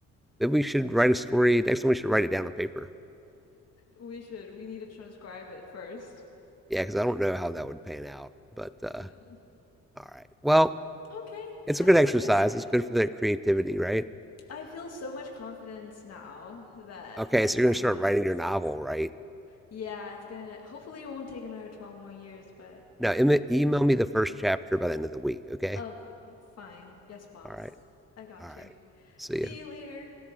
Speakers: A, in the centre; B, on the left.
A: Maybe we should write a story. Next time we should write it down on paper.
B: we should we need to transcribe it first.
A: Yeah, because I don't know how that would pan out. But uh,
B: No.
A: all right. Well,
B: Okay,
A: it's
B: that
A: a good
B: was
A: exercise.
B: good.
A: It's good for their creativity, right?
B: I feel so much confidence now that
A: Okay, so you're
B: I
A: going to
B: had
A: start writing
B: this
A: your novel, right?
B: Yeah, it's gonna, hopefully it won't take another 12 more years, but
A: Now,
B: you know.
A: email me the first chapter by the end of the week, okay?
B: Okay, fine. Yes, boss.
A: All right.
B: I got
A: All right.
B: you.
A: See
B: See
A: ya.
B: you later.